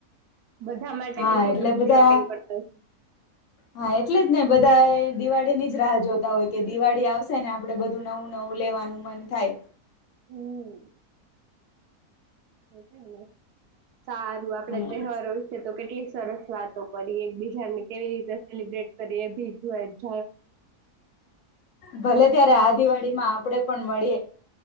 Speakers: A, on the right; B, on the left.
A: બધા માટે
B: હા
A: કેટલું
B: એટલે
A: બધું
B: બધા
A: શોપિંગ કરતા હશે
B: હા એટલે જ ને બધા બધ દિવાળી ની જ રાહ જોતા હોય કે દિવાળી આવશે ને આપડે બધું નવું નવું લેવાનું મન થાય
A: હમ હ સારું આપડે
B: હમ.
A: તહેવારો વિશે તો કેટલી સરસ વાતો કરી એક બીજાની કેવી રીતે સેલિબ્રેટ કરી એ બી જો જ
B: ભલે ત્યારે આ દિવાળી માં આપણેે પણ મળીએ